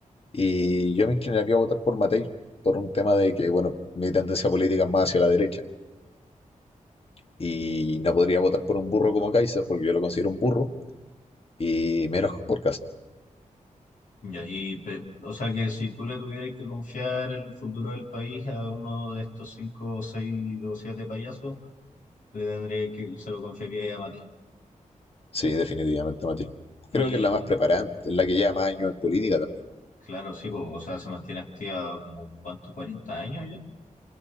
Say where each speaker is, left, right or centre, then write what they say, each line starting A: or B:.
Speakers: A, on the left; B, on the left.
A: y yo me inclinaría a votar por Matei por un tema de que, bueno, mi tendencia política es más hacia la derecha, y no podría votar por un burro como Kaiser, porque yo lo considero un burro, y menos por Cast.
B: Ya, y, pe- o sea que si tú le tuvieras que confiar el futuro del país a uno de estos cinco, seis o siete payasos, le tendría que, se lo confiaría a Mate.
A: Sí, definitivamente Matei.
B: Y
A: Creo que es la más preparada, es la que lleva más años en política también.
B: claro, sí, po, o sea, se mantiene activa como, ¿cuánto? cuarenta años ya?